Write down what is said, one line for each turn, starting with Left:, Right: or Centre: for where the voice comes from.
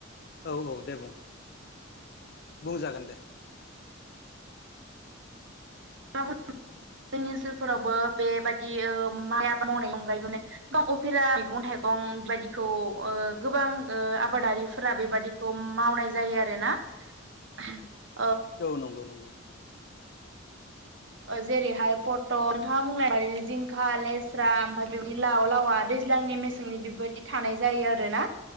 Left: औ औ दे बुं। बुंजागोन दे।
Right: <inaudible> जोंनि ओनसोलफोरावबो बेबायदि माइ आबाद मावनायनि अनगायैबो माने गोबां उफेरा मैगं-थाइ थाइगं बेबायदिखौ ओ गोबां ओ आबादारिफोरा बेबायदिखौ मावनाय जायो आरोना
Left: <inaudible>
Right: <inaudible>
Left: औ नंगौ नंगौ।
Right: जेरैहाय पटल नोंथाङा बुंनाय बादिनो जिंखा लेस्रा ओमफ्राय बेबायदि लाव लावा दै ज्लांनि मेसेंनि बेबायदि थानाय जायो आरोना।